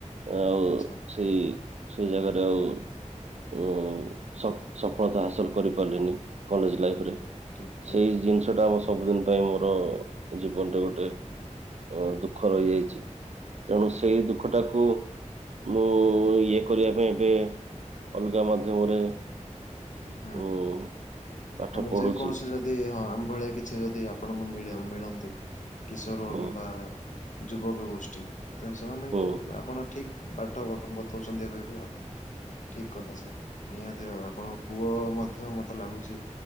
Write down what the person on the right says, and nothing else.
ଆଉ
ସେଇ ସେଇ ଜାଗାରେ ଆଉ ଓ ସ ସଫଳତା ହାସଲ କରିପାରିଲନି। କଲେଜ
ଲାଇଫରେ
ସେଇ ଜିନିଷଟା ଆ ସବୁଦିନ ପାଇଁ ମୋର ଗଣ୍ଡେ ଗୋଟେ ଅଁ ଦୁଃଖ ରହିଯାଇଛି।
ତେଣୁ
ସେଇ ଦୁଃଖଟାକୁ ମୁଁ ଇଏ କରିବା ପାଇଁ ଏବେ ଅଲଗା ମାଧ୍ୟମରେ
ଉଁ
ପାଠ
ପଢୁଛି
ହୁଁ
ହୁଁ